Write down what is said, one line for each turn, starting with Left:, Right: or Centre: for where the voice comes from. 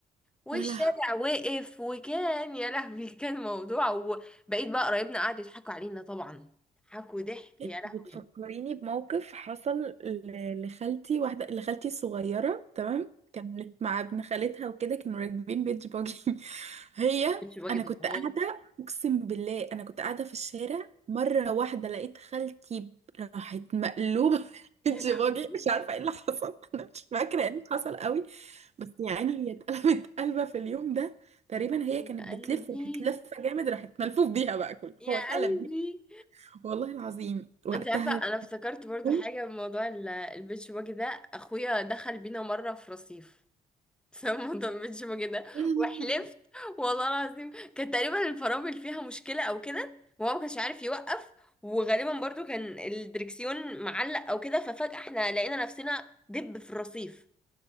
Centre: والشارع
Right: يلا
Centre: واقف وكان يا لهوي كان موضوع وبقيت بقى قرايبنا قعدوا يضحكوا علينا طبعا ضحكوا ضحك وضحك
Right: انت
Centre: يا لهوي
Right: بتفكريني بموقف حصل ل- لخالتي واحدة لخالتي الصغيرة تمام كانت مع ابن خالتها وكده كانوا راكبين بيتش باجي <laughs> هي
Centre: كنتش باجي
Right: انا
Centre: ده
Right: كنت
Centre: حوار
Right: قاعدة اقسم بالله انا كنت قاعدة في الشارع مرة واحدة لقيت خالتي راحت مقلوبة <laughs> بيتش
Centre: يا لهوي
Right: باجي مش عارفة ايه اللي حصل انا مش فاكرة ايه اللي حصل قوي بس يعني هي اتقلبت <laughs> قلبة في اليوم ده تقريبا
Centre: يا
Right: هي كانت
Centre: قلبي
Right: بتلف راحت لفة جامد راحت ملفوف بيها بقى كله
Centre: يا
Right: هو اتقلب
Centre: قلبي
Right: والله العظيم وقتها
Centre: انت عارفه انا
Right: يا
Centre: افتكرت برضو
Right: بوم،
Centre: حاجه من موضوع ال- البيتش باجي ده اخويا دخل بينا مره في رصيف <laughs> بسبب موضوع البيتش باجي ده
Right: يا لهوي،
Centre: وحلفت والله العظيم كان تقريبا الفرامل فيها مشكله او كده وهو ما كانش عارف يوقف وغالبا برضو كان الدركسيون معلق او كده ففجاه احنا لقينا نفسنا دب في الرصيف